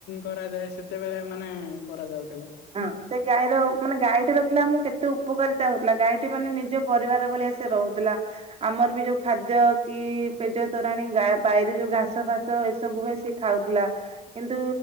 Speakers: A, on the left (about 85°); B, on the right (about 35°).
A: କରାଯାଏ ସେତେବେଳେ ମାନେ କରାଯାଉଛି
B: ହ ସେ ଗାଈର ମାନେ ଗାଈଟି ର ଥିଲା ମୁଁ କେତେ ଉପକାରିତା ହଉଥିଲା ଗାଈଟି ମାନେ ନିଜ ପରିବାର ଭଳିଆସ ରହୁଥିଲା ଆମର ବି ଯୋଉ ଖାଦ୍ୟ କି ପେଜ ତୋରାଣି ଗା ବାଇରେ ଯୋଉ ଘାସ ଫାସ ଏସବୁ ହୁଏ ସିଏ ଖାଉଥିଲା କିନ୍ତୁ